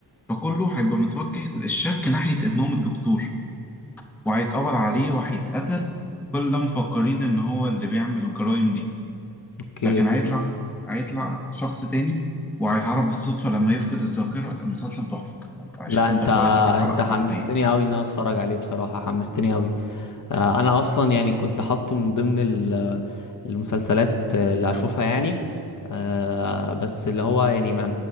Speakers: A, in the centre; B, on the left.
A: فكله هيبقى متوجه للشك ناحية ابنهم الدكتور وهيتقبض عليه وهيتقتل وكل ده مفكرين إن هو اللي بيعمل الجرائم دي
B: اوكي
A: لكن هيطلع ف- هيطلع شخص تاني وهيتعرف بالصدفة لما يفقد الذاكرة المسلسل تحفة أنت هشدك
B: لا انت
A: لغاية آخر حلقة
B: انت
A: حرفيا
B: حمستني قوي ان انا اتفرج عليه بصراحة حمستني قوي آه، انا اصلا يعني كنت حاطه من ضمن ال- المسلسلات اللي هشوفها يعني آه، بس اللي هو يعني ما